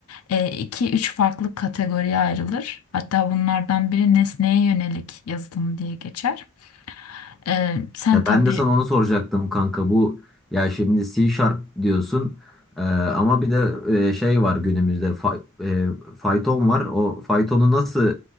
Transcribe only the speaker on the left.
e, iki üç farklı kategoriye ayrılır. Hatta bunlardan biri nesneye yönelik yazılım diye geçer. E, sen
tabii